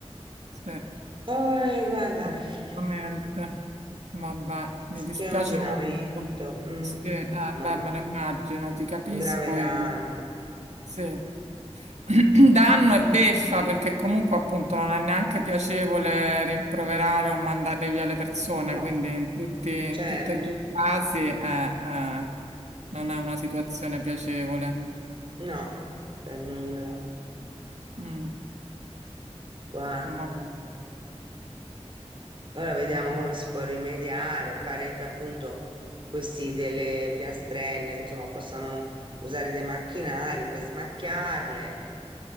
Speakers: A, on the right (about 85°); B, on the right (about 50°).
A: sì,
B: Oh, guarda,
A: assolutamente.
B: alla fine,
A: Vabbè, mi dispiace
B: che è un giramento,
A: molto.
B: mm,
A: Sì, eh,
B: molto.
A: beh, me lo immagino, ti capisco
B: un grave danno.
A: e sì. <clears throat> Danno e beffa perché comunque appunto non è neanche piacevole rimproverare o mandare via le persone,
B: No,
A: quindi in tutti, in
B: certo,
A: tutti e due i casi eh, eh,
B: <laughs>
A: non è una situazione piacevole.
B: no, per nulla.
A: Mm,
B: Guarda,
A: vabbè.
B: ora vediamo come si può rimediare. Pare che appunto questi delle piastrelle, insomma, possano usare dei macchinari per smacchiarle